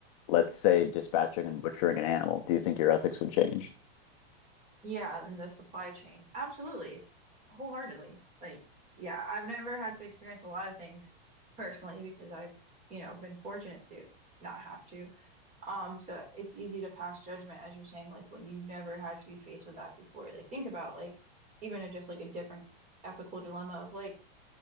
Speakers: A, on the left; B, on the right.
A: let's say, dispatching and butchering an animal? Do you think your ethics would change?
B: Yeah, and the supply chain. Absolutely. Wholeheartedly. Like, yeah, I've never had to experience a lot of things personally because I've, you know, been fortunate to not have to. Um, so it's easy to pass judgment, as you're saying, like when you've never had to be faced with that before. Like think about like even a, just like a different ethical dilemma of like